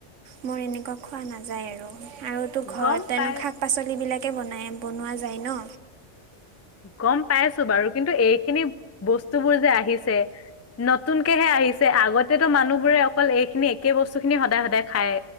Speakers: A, on the right (about 75°); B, on the left (about 20°).
A: মোৰ এনেকুৱা খোৱা নাযায় আৰু। আৰু তো ঘৰত
B: গম
A: তেনো
B: পাই
A: শাক পাচলিবিলাকে বনাই, বনোৱা যায় ন?
B: গম পাইছোঁ বাৰু কিন্তু এইখিনি বস্তুবোৰ যে আহিছে নতুনকেহে আহিছে আগতেতো মানুহবোৰে অকল এইখিনি একে বস্তু খিনি সদায়-সদায় খায়।